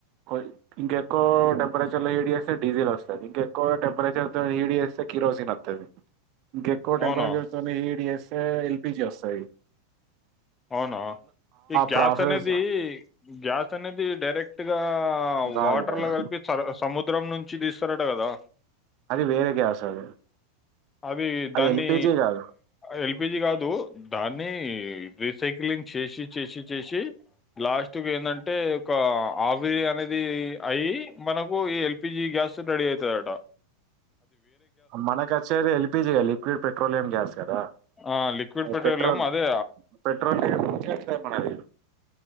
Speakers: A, on the right (about 50°); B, on the left (about 20°).
A: కో ఇంకే ఎక్కువ టెంపరేచర్ లో హిట్ చేస్తే డీజిల్ వస్తది, ఇంకెక్కువ టెంపరేచర్ తో హీట్ చేస్తే. స కిరోసిన్ వత్తది ఇంకేక్కువ
B: అవునా
A: టెంపరేచర్ తోని హిట్ చేస్తే ఎల్పిజి వస్తా తై
B: అవునా ఈ గ్యాచ్
A: ప్రాసెస్
B: అనేది గ్యాచ్ అనేది డైరెక్ట్ గా
A: రాదు
B: వాటర్
A: కదా,
B: లో కలిపి సము దూరం ను చి తీస్తారంట గదా
A: అది వేరే గ్యాస్ అది
B: అవి
A: అది
B: దాన్ని
A: ఎల్పిజీ కాదు
B: ఎ ల్పి పిజీ గాదు దాన్ని సైకిలింగ్ చేసి చేసి చేసి లాస్ట్గా ఏంటంటే ఒక ఆవిరి అనేది అయి మనకు ఈ ఎల్పిజి గ్యాస్ రెడీ అయితది అట
A: మనక వచ్చేది ఎల్పిజిగా లిక్విడ్ పెట్రోలియం గ్యాస్ కదా
B: ఆ! లిక్విడ్ పెట్రోలియం
A: పెట్రోల్
B: అదే
A: పెట్రో రో మనది